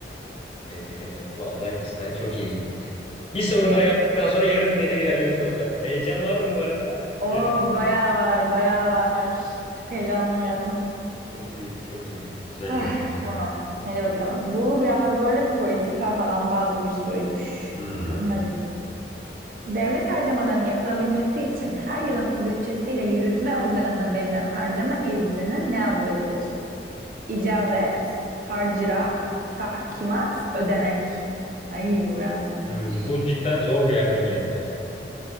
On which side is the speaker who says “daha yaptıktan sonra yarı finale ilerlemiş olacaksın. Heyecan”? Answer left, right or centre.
Left